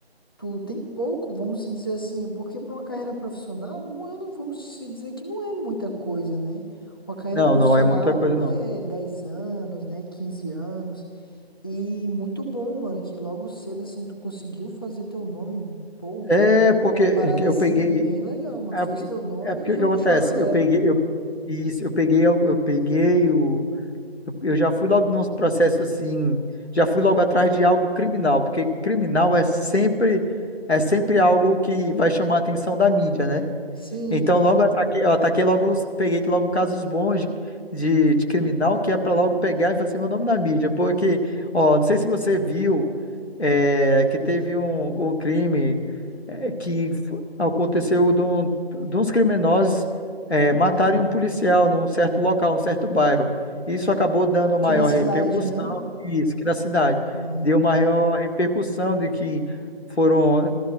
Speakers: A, on the left; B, on the left.
A: tu tem pouco, vamos se dizer assim, porque pra uma carreira profissional, um ano, vamos se dizer que não é muita coisa, né? Uma carreira
B: Não,
A: profissional
B: não é muita coisa, não.
A: é 10 anos, né? quinze anos. E muito bom, mano, que logo cedo, assim, tu conseguiu fazer teu nome, pô,
B: É, porque
A: uma parada,
B: eu
A: assim,
B: peguei,
A: bem legal, mano.
B: É
A: Fez
B: porque,
A: teu nome
B: é porque
A: e
B: o
A: já
B: que
A: puxou
B: acontece?
A: a galera.
B: Eu peguei, eu, isso, eu peguei, al- eu peguei o. Eu, eu já fui logo nos processos assim. Já fui logo atrás de algo criminal, porque criminal é sempre, é sempre algo que vai chamar a atenção da mídia, né?
A: Sim,
B: Então
A: aham.
B: logo eu ataquei, eu ataquei logo, os- peguei logo casos bons de, de, de criminal que é pra logo pegar e fazer meu nome na mídia. Porque, ó, não sei se você viu é, que teve um, um crime é, que f- aconteceu de, um, de uns criminosos é, matarem um policial num certo local, num certo bairro. Isso acabou dando
A: Aqui
B: maior
A: na cidade,
B: repercussão,
A: né?
B: isso, que na cidade.
A: Aham,
B: Deu maior repercussão de que foram